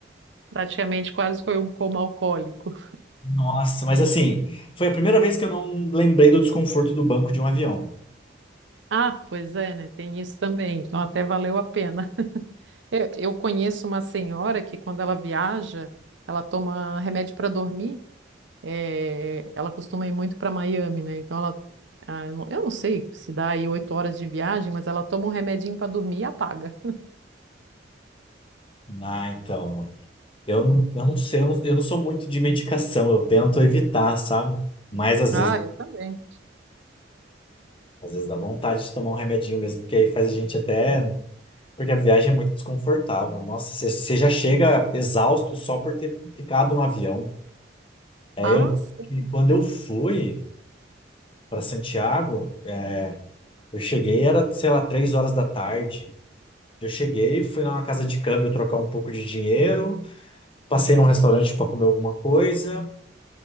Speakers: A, on the right (about 80°); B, on the left (about 30°).
A: praticamente quase foi um coma alcoólico.
B: Nossa, mas assim, foi a primeira vez que eu não lembrei do desconforto do banco de um avião.
A: Ah, pois é, né? Tem isso também. Então até valeu a pena. Eu, eu conheço uma senhora que quando ela viaja, ela toma remédio para dormir. É, ela costuma ir muito para Miami, né? Então ela, ah, eu não eu não sei se dá aí oito horas de viagem, mas ela toma um remedinho para dormir e apaga.
B: Ah, então, eu não, eu não sei, eu não, eu não sou muito de medicação, eu tento evitar, sabe? Mas às
A: Ah,
B: vezes,
A: eu também.
B: às vezes dá vontade de tomar um remedinho mesmo, porque aí faz a gente até. Porque a viagem é muito desconfortável. Nossa, você você já chega exausto só por ter ficado no avião. É,
A: Ah,
B: eu,
A: sim.
B: e quando eu fui para Santiago, é, eu cheguei, era, sei lá, três horas da tarde. Eu cheguei, fui numa casa de câmbio trocar um pouco de dinheiro, passei num restaurante para comer alguma coisa